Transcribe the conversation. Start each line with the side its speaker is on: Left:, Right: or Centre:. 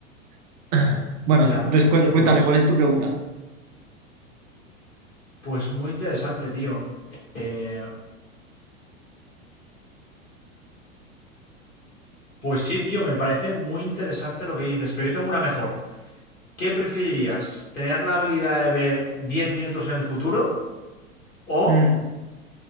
Right: <clears throat> Bueno,
Left: Ya,
Right: entonces
Left: oye,
Right: cué- cuéntame,
Left: pues,
Right: ¿cuál es tu pregunta?
Left: pues muy interesante, tío. Eh, Pues sí, tío, me parece muy interesante lo que dices, pero yo tengo una mejor. ¿Qué preferirías? ¿Tener la habilidad de ver 10 minutos en el futuro? ¿O...
Right: Mm,